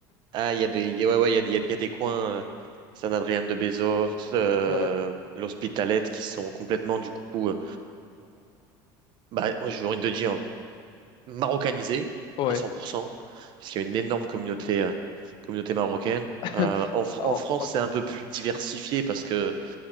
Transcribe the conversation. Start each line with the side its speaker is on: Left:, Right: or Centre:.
Right: Ah, il y a des il y a- ouais ouais, il y a, des- il y a il y a des coins euh, San Adrián de Bezos, euh,
Left: Ouais,
Right: l'Hospitalet qui sont complètement du coup euh, bah, ouais, j'ai envie de dire. marocanisé
Left: ouais.
Right: à 100%, parce qu'il y a une énorme communauté, euh, communauté marocaine.
Left: <laughs>
Right: Euh, en, Fr-
Left: En-
Right: en France,
Left: en-
Right: c'est un peu plus diversifié parce que